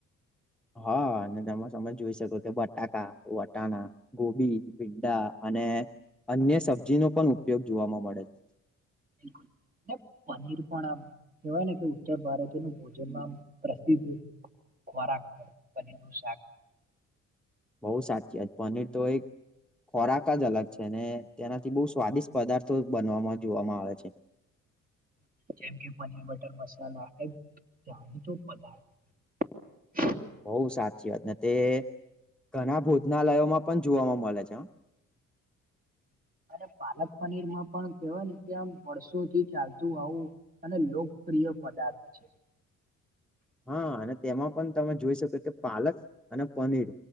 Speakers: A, in the centre; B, on the right (about 30°).
A: હા અને તેમાં તમે જોઈ શકો કે બટાકા વટાણા ગોભી ભીંડા અને અન્ય સબજી નો પણ ઉપયોગ જોવાવામાં મળે છે
B: <unintelligible> પનીર પણ આમ કેવાય ને કે ઉત્તર ભારત ન ભોજનમાં આમ પ્રસિદ્ધ ખોરાક છે પનીર નું શાક
A: બહુ સાચી વાત પનીર તો એક ખોરાક જ અલગ છે ને તેનાથી બહુ સ્વાદિષ્ટ પદાર્થો બનવામાં જોવામાં આવે છે.
B: <inaudible> જેમ કે પનીર બટર મસાલા એ જાણીતો પદાર્થ
A: બઉ સાચી વાત ને તે ઘણા ભોજનાલયોમાં પણ જોવાવામાં મળે છે.
B: <inaudible> અને પાલક પનીરમાં પણ કેવાય ને ત્યાં આમ વર્ષોથી ચાલતું આવું અને પ્રિય પદાર્થ છે.
A: હા અને તેમાં પણ તમે જોઈ શકો કે પાલક અને પનીર